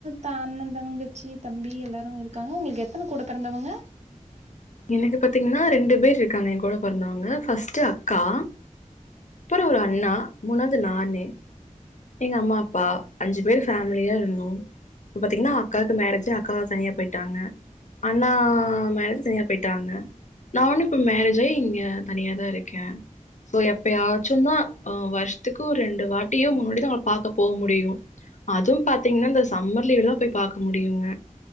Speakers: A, on the right; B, on the left.
A: த அண்ண தங்கச் ச்சி தம்பி எல்லாரு இருக்காங்க உங்களுக்கு எத்தன கூட பிறந்தவங்க
B: எனக்கு பாத்தீங்கன்னா ரெண்டு பேரு இருக்காங்க எ கூட பொறந்தவங்க ஃபஸ்ட்டு அக்கா அப்றோ ஒரு அண்ணா மூணாவ்து நானு எங்க அம்மா அப்பா அஞ்சு பேர் ஃபேமிலியா இருந்தோ இப்ப பாத்தீங்கன்னா அக்காக்கு மேரேஜ் அக்கா தனியா போய்ட்டாங்க அண்ணா மேரேஜு தனியா போய்ட்டாங்க நானு இப்ப மேரேஜ் ஆய் இங்கே தனியாதா இருக்கே சோ எப்பயாச்சுந்தா ஆ வர்ஷத்துக்கு ஒரு ரெண்டு வாட்டியோ மூணு வாட்டியோ தா பாக்க போக முடியு அதுவு பாத்தீங்கன்னா இந்த சம்மர் லீவுல தா போய் பாக்க முடியுங்க